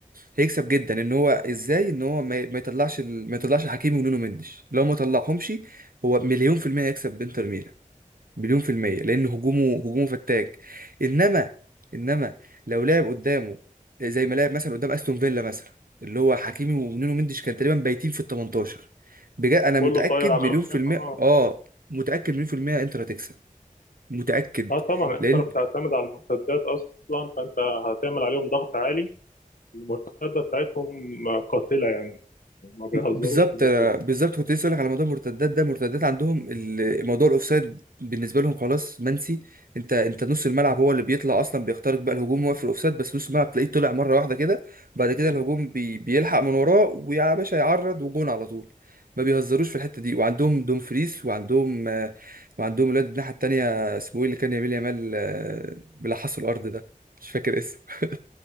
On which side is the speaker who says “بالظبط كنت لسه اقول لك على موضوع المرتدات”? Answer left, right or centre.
Right